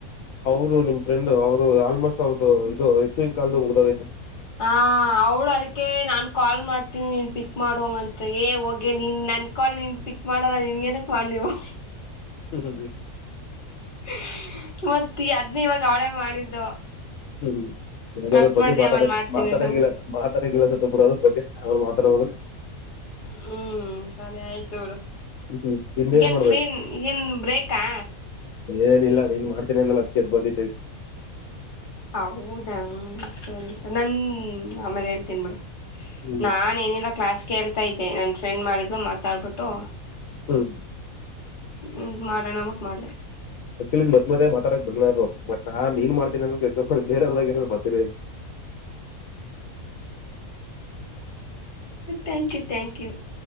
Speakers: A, on the left; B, on the left.
A: ಅವರು ನಿಮ್ ಫ್ರೆಂಡ್ ಅವ್ರು ಆಲ್ಮೋಸ್ಟ್ ಅವದು ಇದು ಇಸ್ವನ್ ಕಾಲದ ಉಗ್ದಾಗೈತೆ
B: ಹಾ ಅವಳು ಅದಕ್ಕೆ ನಾನು ಕಾಲ್ ಮಾಡ್ತೀನಿ ನೀನು ಪಿಕ್ ಮಾಡುವಂಗಂತ ಏ ಹೋಗೆ ನೀನು ನನ್ನ ಕಾಲ್ ನೀನು ಪಿಕ್ ಮಾಡಲ್ಲ ನಿನ್ಗೇನಕ್ ಮಾಡಲಿವು
A: ಹ್ಮ್ ಹ್ಮ್ ಹ್ಮ
B: ಹ್ಮ ಮತ್ತ ಅದ್ನ ಇವಾಗ ಅವಳೇ ಮಾಡಿದ್ದು
A: ಹ್ಮ್ ನಗೆ
B: ಕಟ್
A: ಅದ್ರ ಬಗ್ಗೆ
B: ಮಾಡ್ದಿ
A: ಮಾತಾಡ
B: ಆಮೇಲ್ ಮಾಡ್ತೀನಿ
A: ಮಾತಾಡಿಲ್ಲ
B: ಇರು
A: ಮಾತಾಡಲ್ಲೊಬರು ಅದ್ರ ಬಗ್ಗೆ ಅವ ಮಾತ ಹರಬೋದು
B: ಹ್ಮ್ ಸರಿ ಆಯ್ತು ಬುಡು
A: ಹ್ಮ್ ನಿಂದೇನ್
B: ಈಗನ್
A: ಮಾಡ್ದ
B: ಫ್ರೀನ್ ಈಗನ್ ಬ್ರೇಕಾ
A: ಏನಿಲ್ಲ ನೀನ್ ಮಾಡ್ತೀನಿ ಅಂದಲ್ಲ ಅದ್ಕೆ ಎದ್ದ ಬಂದೆ
B: ಹೌದಾ ಸರಿ ಸ ನನ್ ಆಮೇಲೆ ಹೇಳ್ತೀನ್ ಬಿಡು
A: ಹ್ಮ್
B: ನಾ ಏನಿಲ್ಲ ಕ್ಲಾಸ್ ಕೇಳ್ತಾ ಇದ್ದೆ ನನ್ ಫ್ರೆಂಡ್ ಮಾಡಿದ್ದು ಮಾತಾಡ್ಬಿಟ್ಟು
A: ಹ್ಮ್
B: ಹ್ಮ ಮಾಡೋಣ್ಟ್ ಮಾಡ್ದ
A: ಆಕ್ಚುಲಿ ಮದ್ ಮಧ್ಯ ಮಾತಾಡಕ್ ಬಿಡಲಾರರು ಬಟ್ ನಾ ನೀನ್ ಮಾಡ್ತೀನಿ ಅ್ರ ಕೆಸ ಬೇರೆಯವ್ರದಾಗ ಏ ಬರ್ತೀರಿ
B: ಥ್ಯಾಂಕ್ ಯು ಥ್ಯಾಂಕ್ ಯು